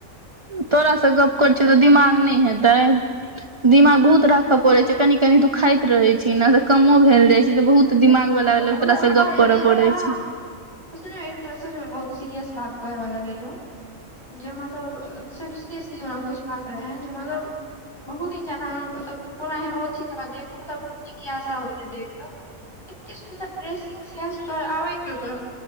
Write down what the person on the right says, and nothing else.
तोराासँ गप कर छियौ तऽ दिमाग नहि हेतै। दिमाग बहुत राखऽ पड़े छै कनी कनी दुूखाइत रहे छी ने त कमो भेल जाय छै तऽ बहुत दिमाग। वाला लग
तोरा से गप
करऽ पड़ै
छै